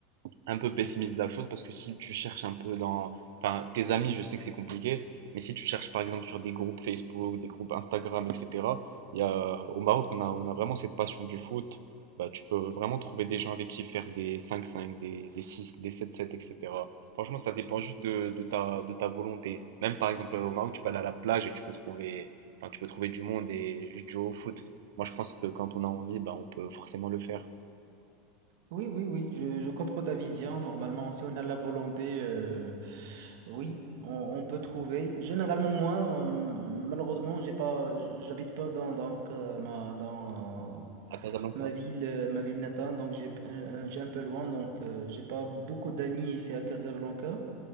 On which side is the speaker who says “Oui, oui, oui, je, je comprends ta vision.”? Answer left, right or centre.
Right